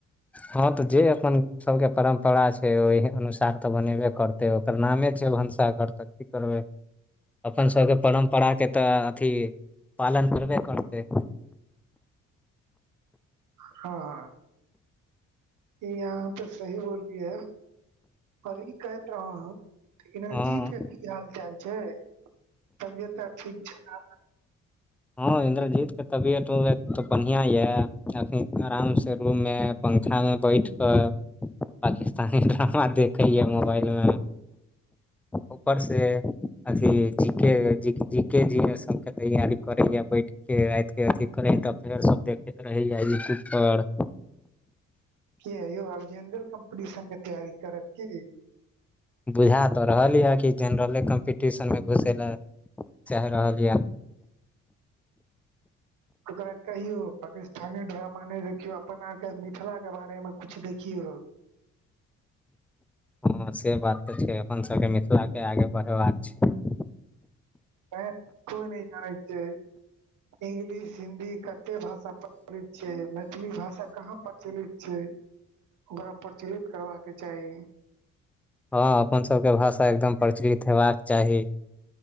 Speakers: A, in the centre; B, on the right.
A: हँ तऽ जे अपन सबके परम्परा छैय ओहि अनुसार तऽ बनेबे करते ओ एकर नामे छैय भनसाघर तऽ की करबै अपन सभके परम्पराके तऽ अथी पालन करबे करतै
B: हँ हॅं ई अहाँ तऽ सही बोल लिए अब ई कहैत रहौ हम इनरजीत
A: हँ
B: के की हाल चाल छैय तबियत आब ठीक छैय नऽ
A: ह इन्द्रजीत के तबियत उबियत तऽ बढ़िया ये अखनी आराम से रूम मे पंखा मे बैठ कऽ पाकिस्तानी ड्रामा देखे या मोबाइल मे ऊपर से अथी जी के जी के जी मे से तैयारी करैया बैठ के रात के अथी करेट अफेयर सभ देखैत रहैया यूट्यूब पर
B: के यौ आब जेनरल कम्पीटिशन के तैयारी करत कि
A: बुझा तऽ रहल यऽ कि जेनरले कम्पीटिशनमे घुसै लए चाहि रहल य
B: ओकरा कहियो पाकिस्तानी ड्रामा नहि देखियौ अपना आर के मिथिला के बारे मे कुछ देखियऔ
A: ह से बात तऽ छै अपन सभके मिथिलाके आगे बढ़ेबा कऽ छै
B: हे कोय नहि जाने छै इंगलिश हिंन्दी कते भाषा प्रचलित छै मैथिली भाषा कहा प्रचलित छै ओकरा प्रचलित करबाकऽ चाही
A: ह अपन सभके भाषा एकदम प्रचलित हेबाक चाही